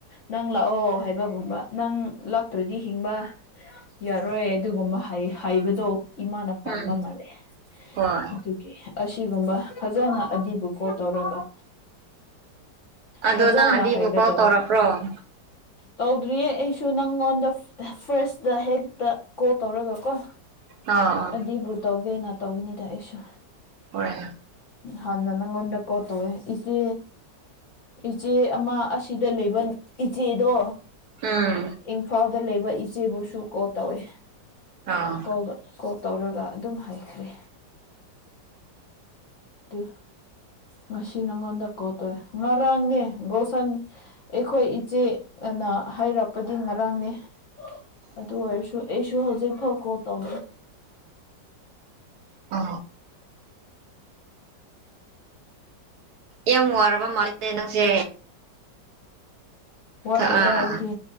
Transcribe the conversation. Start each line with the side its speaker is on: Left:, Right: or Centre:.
Left: ꯅ ꯅꯪ ꯂꯥꯛꯑꯣ ꯍꯥꯏꯕꯒꯨꯝꯕ ꯅꯪ ꯂꯥꯛꯇ꯭ꯔꯗꯤ ꯍꯤꯡꯕ ꯌꯥꯔꯣꯏ ꯑꯗꯨꯒꯨꯝꯕ ꯍꯥꯏ ꯍꯥꯏꯕꯗꯣ ꯏꯃꯥꯅ ꯄꯥꯝꯕ
Right: ꯎꯝ
Left: ꯃꯥꯜꯂꯦ
Right: ꯍꯣꯏ
Left: ꯑꯗꯨꯒꯤ ꯑꯁꯤꯒꯨꯝꯕ ꯐꯖꯅ ꯑꯗꯤꯕꯨ ꯀꯣ ꯇꯧꯔꯒ
Right: ꯑꯗꯣ
Left: ꯐꯖꯅ
Right: ꯅꯪ ꯑꯗꯤꯕꯨ
Left: ꯍꯥꯏꯒꯗꯕ
Right: ꯀꯣꯜ ꯇꯧꯔꯛꯄ꯭ꯔꯣ
Left: ꯇꯧꯗ꯭ꯔꯤꯌꯦ ꯑꯩꯁꯨ ꯅꯪꯉꯣꯟꯗ ꯐꯥꯔꯁꯇ ꯍꯦꯛꯇ ꯀꯣꯜ ꯇꯧꯔꯒ ꯀꯣ
Right: ꯑꯥ ꯑꯥ
Left: ꯑꯗꯤꯕꯨ ꯇꯧꯒꯦꯅ ꯇꯧꯒꯅꯤꯗ ꯑꯩꯁꯨ
Right: ꯍꯣꯏ
Left: ꯍꯥꯟꯅ ꯅꯪꯉꯣꯟꯗ ꯀꯣꯜ ꯇꯧꯌꯦ ꯏꯆꯦ ꯏꯆꯦ ꯑꯃ ꯑꯁꯤꯗ ꯂꯩꯕ ꯏꯆꯦꯗꯣ
Right: ꯎꯝ
Left: ꯏꯝꯐꯥꯜꯗ ꯂꯩꯕ ꯏꯆꯦꯕꯨꯁꯨ ꯀꯣ ꯇꯧꯋꯤ
Right: ꯑꯥ
Left: ꯀꯣꯜ ꯀꯣꯜ ꯇꯧꯔꯒ ꯑꯗꯨꯝ ꯍꯥꯏꯈ꯭ꯔꯦ ꯇꯨ ꯉꯁꯤ ꯅꯪꯉꯣꯟꯗ ꯀꯣꯜꯇꯣꯏ ꯉꯔꯥꯡꯅꯦ ꯒꯣꯁꯟ ꯑꯩꯈꯣꯏ ꯏꯆꯦ ꯑ ꯅ ꯍꯥꯏꯔꯛꯄꯗꯤ ꯉꯔꯥꯡꯅꯦ ꯑꯗꯨ ꯑꯣꯏꯔꯁꯨ ꯑꯩꯁꯨ ꯍꯧꯖꯤꯛ ꯐꯥꯎ ꯀꯣꯜ ꯇꯧꯗ꯭ꯔꯤ
Right: ꯑꯣ ꯌꯥꯝ ꯋꯥꯔꯕ ꯃꯥꯜꯂꯦꯅꯦ ꯅꯪꯁꯦ
Left: ꯋꯥꯗꯦꯗ
Right: ꯍꯑ
Left: ꯑꯩꯗꯤ